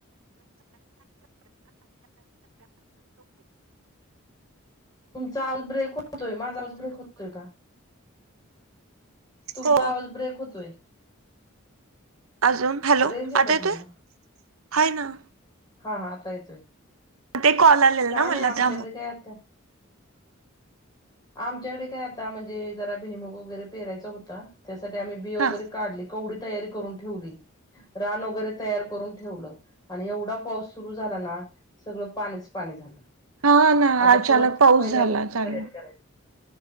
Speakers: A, on the left; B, on the right.
A: तुमचा आवाज ब्रेक होतोय माझा आवाज ब्रेक होतोय का? तुमचा
B: हो
A: आवाज ब्रेक होतोय.
B: अजून हॅलो
A: रेंज आहे
B: आता
A: का
B: येतोय?
A: तुम्हाला?
B: हाय ना.
A: हा हा आता येतोय
B: ते कॉल आलेला
A: काय
B: ना
A: नाय
B: मला
A: आमच्याकडे
B: त्यामुळे
A: ते आता. <inaudible> आमच्याकडे काय आता म्हणजे जरा भुईमूग वगैरे पेरायचा होता. त्यासाठी आम्ही बि वगैरे
B: हा
A: काढली कवडी तयारी करून ठेवली. रान वगैरे तयार करून ठेवलं आणि एवढा पाऊस सुरू झाला ना. सगळ पाणीच पाणी झालं.
B: हा ना
A: आता
B: अचानक
A: परत
B: पाऊस
A: पहिल्या
B: झाला
A: पासून
B: चालू
A: तयारी करावी